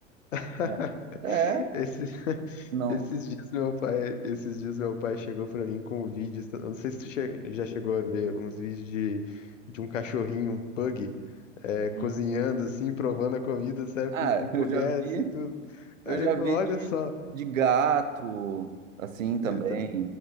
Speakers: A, on the left; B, on the right.
A: <laughs>
B: Já- É,
A: Esses, <laughs>
B: não.
A: esses dias meu pai, esses dias meu pai chegou pra mim com um vídeo, eu não sei se tu che- já chegou a ver uns vídeos de, de um cachorrinho, um pug, é, cozinhando
B: Hum.
A: assim, provando a comida, sabe,
B: Ah,
A: com, com
B: <laughs>
A: colher
B: eu já vi.
A: assim, tudo.
B: Eu
A: Aí
B: já
A: ele
B: vi
A: falou, olha
B: de,
A: só.
B: de gato, assim também,
A: Então,